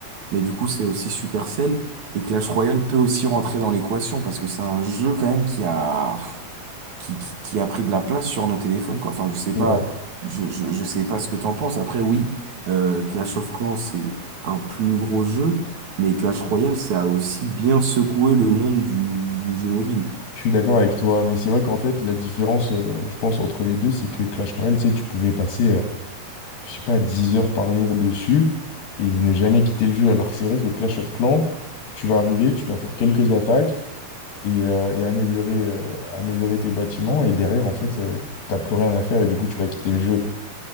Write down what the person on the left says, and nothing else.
c'est
vrai.
Je suis d'accord avec toi, mais c'est vrai qu'en fait, la différence, euh, je pense, entre les deux, c'est que Clash Royale, tu sais, tu pouvais passer, euh, je sais pas, 10 heures par jour dessus et ne jamais quitter le jeu. Alors que c'est vrai que Clash of Clans, tu vas arriver, tu vas faire quelques attaques. et, euh, et améliorer, euh, améliorer tes bâtiments. Et derrière, en fait, euh, t'as plus rien à faire et du coup, tu vas quitter le jeu.